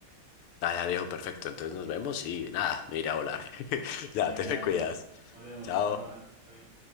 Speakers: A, on the left (about 80°); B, on the right (about 20°).
A: <laughs> Dale, Alejo, perfecto, entonces nos vemos y nada, me iré a volar. <laughs> Ya,
B: Venga,
A: te me
B: dale.
A: cuidas.
B: Nos vemos.
A: Chao.
B: Chao, buena. Todo bien.